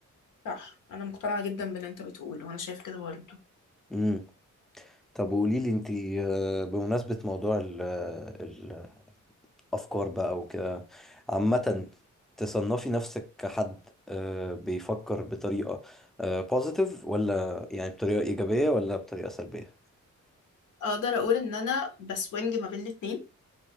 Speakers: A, on the left; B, in the centre.
A: صح انا مقتنعه جدا باللي انت بتقوله وانا شايفه كده برضه
B: امم طب وقولي لي انت بمناسبة موضوع ال افكار بقى وكده عامة تصنفي نفسك كحد آه، بيفكر بطريقة بوزيتيف ولا يعني بطريقة ايجابية ولا بطريقة سلبية
A: اقدر اقول ان انا بسوينج ما بين الاتنين